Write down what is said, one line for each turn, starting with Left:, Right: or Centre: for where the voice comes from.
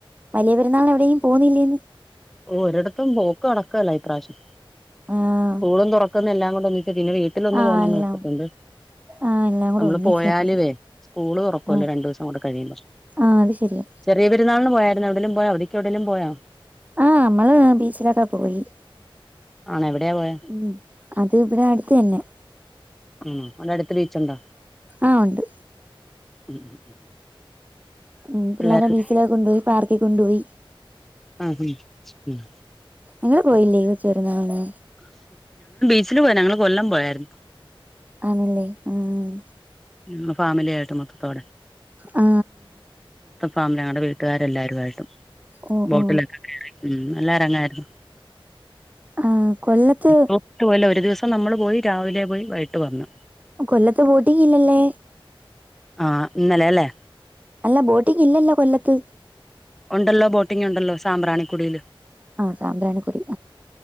Right: വലിയ പെരുന്നാളിന് എവിടേയും പോന്നില്ലേന്ന്
Centre: ഓ ഒരടത്തും പോ ക്ക് നടക്കല്ലേ ഈപ്രാവശ്യം
Right: ആഹ്
Centre: കൂളും തൊറക്കെന്നില്ലാംകൊണ്ടും <unintelligible> പിന്നെ വീട്ടില് ഒന്ന്
Right: ആഹ്
Centre: പോണോന്ന്
Right: എല്ലാം
Centre: ഓർത്തിട്ടുണ്ട്
Right: ആഹ് എല്ലാം കൂടെ
Centre: നമ്മള്
Right: ഒന്നിച്ച്
Centre: പോയാലുവേ
Right: കണ്ടത്
Centre: സ്കൂള് തുറക്കുവല്ലെ
Right: ആഹ്
Centre: രണ്ടുദിവസം കൂടെ കഴിയുമ്പോ
Right: ആഹ് അത് ശരിയാ
Centre: ചെറിയ പെരുന്നാളിന് പോയായിരു പിന്നെ എവിടേലും പോയാ? അവധിക്ക് എവിടേലും പോയാ?
Right: ആ മ്മള് ബീച്ചിലൊക്കെ പോയി
Centre: ആണോ എവിടെയാ പോയെ
Right: മ് അത് ഇവിടെ അടുത്ത് തന്നെ.
Centre: ഉം <unintelligible> <unintelligible> ബീച്ച് ഒണ്ടോ
Right: ആ ഒണ്ട്
Centre: <unintelligible>
Right: മ് പിള്ളാരെ
Centre: പിള്ളേര്
Right: ബീച്ചിലോ കൊണ്ടോയി പാർക്കി കൊണ്ടൊയി.
Centre: ഉ ഉം ഉം
Right: ങ്ങള് പോയില്ലേ കൊച്ചു പെരുന്നാളിന്
Centre: ബീച്ചിൽ പോയി ന്ഞങ്ങൾ കൊല്ലം പോയായിരുന്നു
Right: ആണല്ലേ ഉം
Centre: മ് ഫാമിലി ആയിട്ട് മൊത്തം അവിടെ
Right: ആ
Centre: ഫാമിലി ഞങ്ങളുടെ വീട്ടുകാരെല്ലാരായിട്ടും
Right: ഓ
Centre: ബോട്ടിലൊക്കെ
Right: ഓ
Centre: കേറി ഉം നല്ല അരങ്ങായിരുന്നു
Right: ആ കൊല്ലത്ത്
Centre: ഡോക്ടപോലെ ഒരു ദിവസം നമ്മൾ പോയി രാവില പോയിവൈകിട്ട് വന്നു
Right: കൊല്ലത്ത് പൂട്ടിക്കിലല്ലെ
Centre: ആഇന്നലെല്ലെ
Right: അല്ലാം ബോട്ടിക്കില്ലല്ലോ കൊല്ലത്ത്
Centre: ഉണ്ടല്ലോ ബോയിംഗ് ഉണ്ട ലോ സാമ്രണി കുടീല്.
Right: സാമ്രാനികുടി